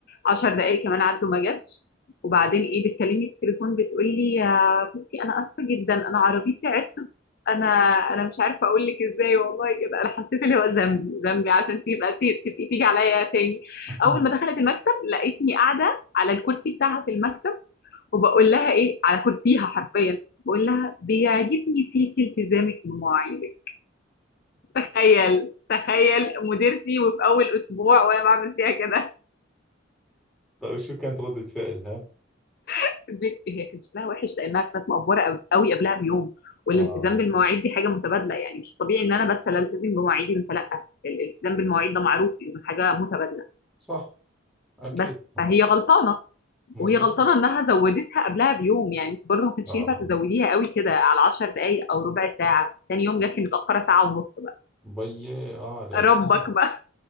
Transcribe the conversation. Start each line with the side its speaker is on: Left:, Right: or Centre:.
Left: 10 دقائق كمان عدوا ما جاتش وبعدين ايه بتكلمني في التليفون بتقول لي يا بصي انا اسفه جدا انا عربيتي عطلت انا انا مش عارفه اقول لك ازاي والله كده انا حسيت اللي هو ذنبي ذنبي عشان تبقى تبقي تيجي عليا تاني
Centre: <laughs>
Left: اول ما دخلت المكتب لقيتني قاعده على الكرسي بتاعها في المكتب وبقول لها ايه على كرسيها حرفيا بقول لها بيعجبني فيكي التزامك بمواعيدك تخيل تخيل مديرتي وفي اول اسبوع وانا بعمل فيها كده
Centre: طيب شو كانت ردة فعلها؟
Left: <laughs> بت- هي كان شكلها وحش لانها كانت مقفوره قب- قوي قبلها بيوم والالتزام
Centre: اه
Left: بالمواعيد دي حاجه متبادله يعني مش طبيعي ان انا بس لا التزم بمواعيدي وانت لا الالتزام بالمواعيد ده معروف انه حاجه متبادله
Centre: صح اكيد
Left: بس فهي غلطانه
Centre: مظبوط
Left: وهي غلطانه انها زودتها قبلها بيوم يعني انت برضه ما كانش
Centre: اه آه.
Left: ينفع تزوديها قوي كده على 10 دقائق او ربع ساعه تاني يوم جات لي متاخره ساعه ونص بقى
Centre: بيي اه الاكيد
Left: ربك بقى